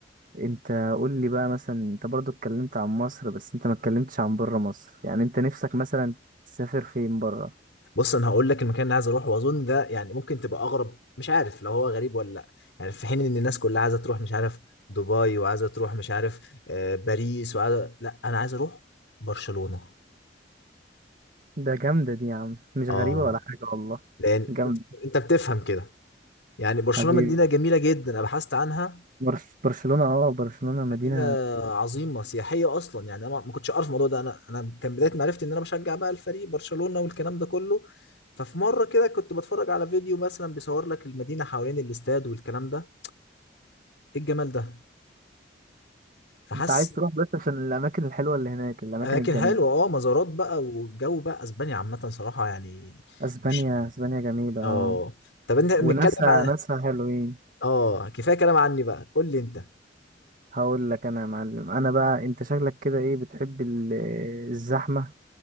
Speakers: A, on the right; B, on the left.
A: انت قول لي بقى مثلا انت برضو اتكلمت عن مصر بس انت ما اتكلمتش عن بره مصر يعني انت نفسك مثلا تسافر فين بره
B: بص انا هقول لك المكان اللي عايز اروحه واظن ده يعني ممكن تبقى اغرب مش عارف لو هو غريب ولا لا يعني في حين ان الناس كلها عايزه تروح مش عارف دبي وعايزه تروح مش عارف آه، باريس وعايزه لا انا عايز اروح برشلونه
A: ده جامدة دي يا عم مش غريبة
B: اه
A: ولا حاجة والله
B: لان
A: جامدة
B: انت بتفهم كده يعني برشلونه
A: حبيبي
B: مدينه جميله جدا انا بحثت عنها
A: برس برشلونة اه برشلونة مدينة
B: مدينه عظيمه سياحيه اصلا يعني انا ما كنتش اعرف الموضوع ده انا انا كان بدايه معرفتي ان انا بشجع بقى الفريق برشلونه والكلام ده كله ففي مره كده كنت بتفرج على فيديو مثلا بيصور لك المدينه حوالين الاستاد والكلام ده ايه الجمال ده فحاسس
A: انت عايز تروح بس عشان الأماكن الحلوة اللي هناك الأماكن
B: اماكن
A: الجميلة
B: حلوه اه مزارات بقى والجو بقى اسبانيا عامه صراحه يعني
A: اسبانيا
B: وش
A: اسبانيا جميلة اه
B: اه طب انت بنتكلم
A: وناسها
B: عن
A: ناسها حلوين
B: اه كفايه كلام عني بقى قول لي انت
A: هقول لك انا يا معلم انا بقى انت شكلك كده ايه بتحب ال- الزحمة